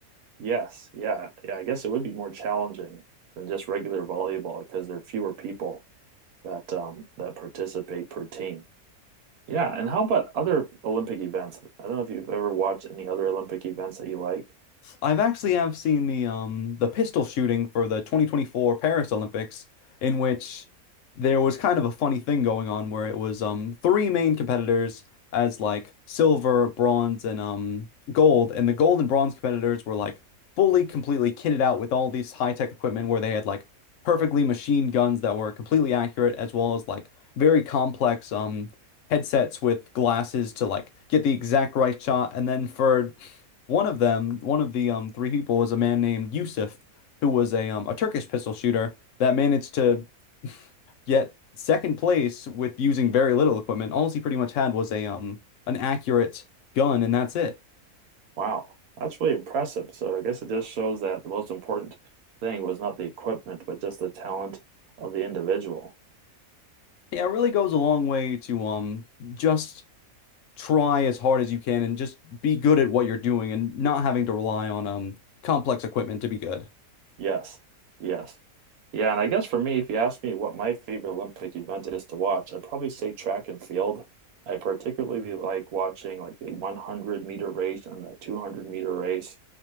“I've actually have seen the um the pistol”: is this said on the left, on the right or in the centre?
Left